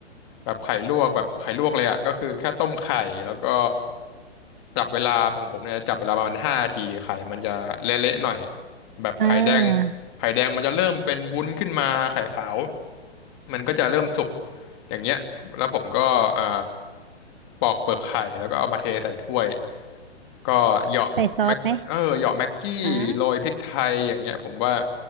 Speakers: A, on the left; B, on the right.
A: แบบไข่ลวกแบบไข่ลวกเลยอ่ะก็คือแค่ต้มไข่แล้วก็จับเวลาของผมเนี่ยจับเวลาประมาณห้าทีไข่มันจะเละๆหน่อยแบบไข่แดง
B: อ่า
A: ไข่แดงมันจะเริ่มเป็นวุ้นขึ้นมาไข่ขาวมันก็จะเริ่มสุกอย่างเงี้ยแล้วผมก็อ่าปอกเปลือกไข่แล้วก็เอามาเทใส่ถ้วยก็เหยาะ
B: ใส่ซอสไหม
A: เออเหยาะแม็กกี้โรยพริกไทยอย่างเงี้ยผมว่า
B: อ่า